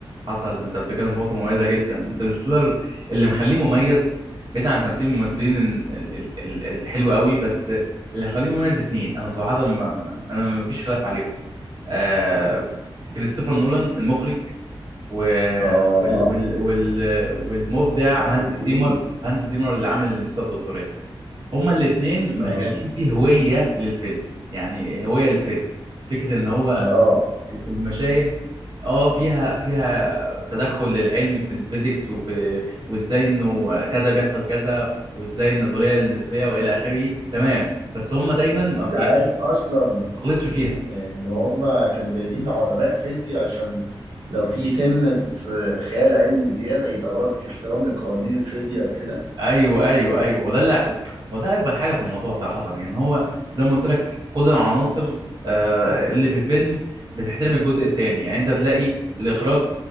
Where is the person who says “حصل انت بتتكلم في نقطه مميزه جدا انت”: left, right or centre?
Right